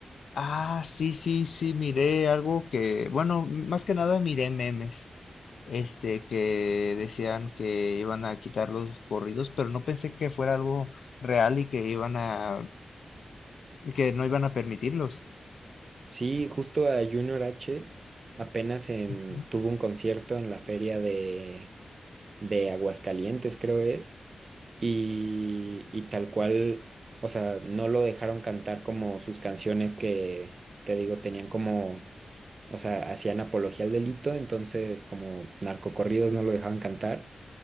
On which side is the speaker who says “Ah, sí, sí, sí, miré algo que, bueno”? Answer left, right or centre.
Left